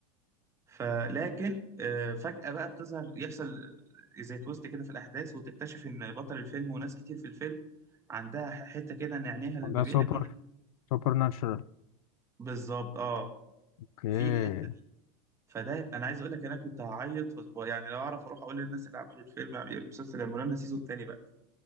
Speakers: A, on the right; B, on the left.
A: فلكن آه، فجأة بقى بتظهر يحصل زي تويست كده في الأحداث وتكتشف إن بطل الفيلم وناس كتير في الفيلم عندها ح- حتة كده إن عينيها لما
B: ده
A: بيقلب
B: سوبر
A: لون
B: سوبر ناتشورال
A: بالظبط اه
B: اوكي
A: في الحته دي فده انا عايز اقول لك انا كنت هعيط و- ويعني لو اعرف اروح اقول للناس اللي عملوا الفيلم المسلسل اعملوا لنا سيزون تاني بقى